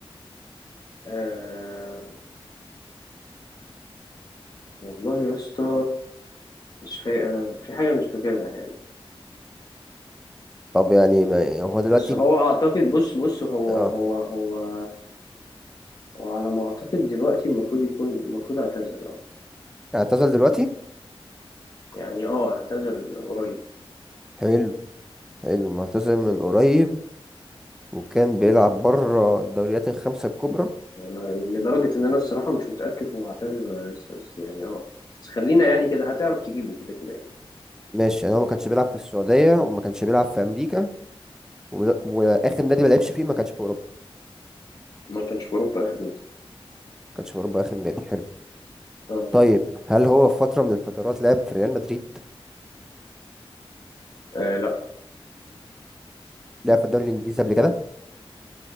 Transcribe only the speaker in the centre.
طب يعني ما هو دلوقتي
بي...
اه
اعتزل دلوقتي
حلو حلو معتزل من قريب وكان بيلعب بره الدوريات الخمسة الكبرى
ماشي يعني هو ما كانش بيلعب في السعودية وما كانش بيلعب في أمريكا و- وآخر نادي ما لعبش فيه ما كانش في أوروبا
ما كانش في أوروبا آخر نادي حلو
طيب هل هو في فترة من الفترات لعب في ريال مدريد
لعب في الدوري الإنجليزي قبل كده